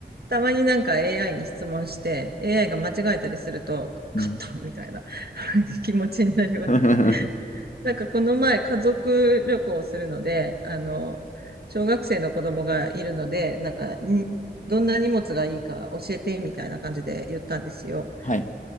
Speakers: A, on the right; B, on the left.
A: たまになんか AI に質問して、AI が間違えたりすると、
B: うん。
A: 勝ったみたいな <laughs> 気持ちになります。
B: <laughs>
A: なんかこの前家族旅行をするので、あの、小学生の子供がいるので、なんかに、どんな荷物がいいか教えてみたいな感じで言ったんですよ。
B: はい。